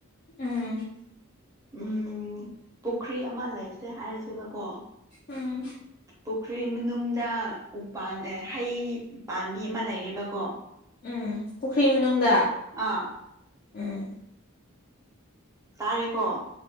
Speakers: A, on the left; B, on the right.
A: ꯎꯝ
B: ꯎꯝ ꯄꯨꯈ꯭ꯔꯤ ꯑꯃ ꯂꯩꯁꯦ ꯍꯥꯏꯔꯁꯦꯕꯀꯣ
A: ꯎꯝ
B: ꯄꯨꯈ꯭ꯔꯤ ꯃꯅꯨꯡꯗ ꯎꯄꯥꯟ ꯍꯩ ꯄꯥꯝꯕꯤ ꯑꯃ ꯂꯩꯔꯦꯕꯀꯣ
A: ꯎꯝ ꯄꯨꯈ꯭ꯔꯤ ꯃꯅꯨꯡꯗ
B: ꯑꯥ
A: ꯎꯝ
B: ꯇꯥꯔꯦꯀꯣ